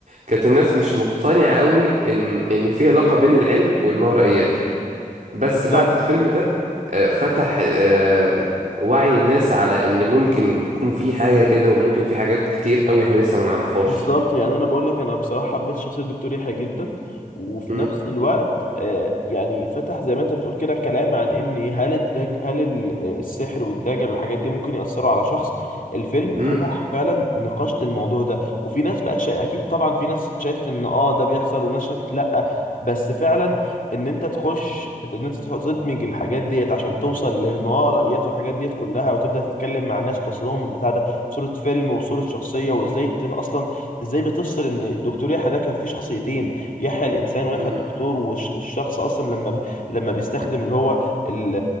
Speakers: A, on the right; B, on the left.
A: كانت الناس مش مقتنعة قوي إن إن في علاقة بين العلم والماورائيات بس
B: بالظبط
A: بعد الفيلم ده آه، فتح آه، وعي الناس على إن ممكن يكون في حاجة كده وممكن في حاجات كتير قوي إحنا لسه ما نعرفهاش
B: بالظبط يعني انا بقول لك انا بصراحه حبيت شخصيه الدكتور يحيى جدا وفي
A: مم.
B: نفس الوقت آه، يعني فتح زي ما انت بتقول كده كلام عن ان إيه، هل الدج هل ال- آه، السحر والدجل والحاجات دي ممكن ياثروا على شخص الفيلم
A: مم.
B: فتح فعلا نقاش للموضوع ده وفي ناس بقت شا... اكيد طبعا في ناس شافت ان اه ده بيحصل وناس شافت لا بس فعلا ان انت تخش ان انت تدمج الحاجات ديت عشان توصل للموارائيات والحاجات ديت كلها وتبدا تتكلم مع الناس وتوصلهم البتاع ده صورة فيلم وصورة شخصية وازاي تف- اصلا ازاي بتفصل ان دكتور يحيى ده كان فيه شخصيتين يحيى الانسان ويحيى
A: مم.
B: الدكتور والش- والشخص اصلا لما ب- لما بيستخدم اللي هو ال-